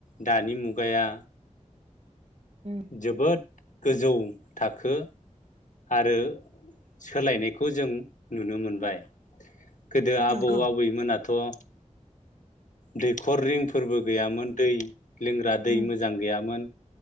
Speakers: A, on the left (about 80°); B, on the right (about 60°).
A: दानि मुगाया
B: उम
A: जोबोद गोजौ थाखो आरो सोलायनायखौ जों नुनो मोनबाय गोदो आबौ
B: औ नंगौ
A: आबैमोनाथ' दैखर रिंफोरबो गैयामोन दै लोंग्रा दै
B: उम
A: मोजां गैयामोन